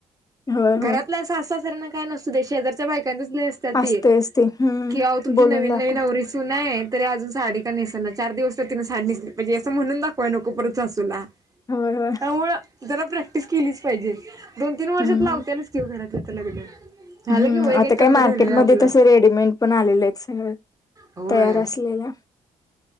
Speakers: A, on the left; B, on the right.
A: होय होय
B: घरातल्या सासू सासर्यांचा नसूदे शेजाऱ्यचा बायका. त्यांचं चं लय असतेती.
A: असतेच ते हम्म
B: आवो अ तुमची
A: बोलून
B: नवीन
A: दाखवत
B: नवीन नवरी सून आहे. तरी अजून साडी का नसेना. चार दिवस तिने साडी नेसली पाजे. असं म्हणून. दाखवाय नको परत सासूला
A: होय होय
B: त्यामुळ जरा प्रॅक्टिस केलीच पाहिजे. दोन तीन
A: हम्म.
B: वर्षात लावत्यालीच की घरातली आता लग्न. झालं
A: हम्म
B: की वय
A: आता
B: काही कमी
A: काय मार्केटमध्ये
B: राहिलय आपलं
A: तस रेडीमेड पण आलेलं आहेत सगळं
B: होय
A: तयार असलेल्या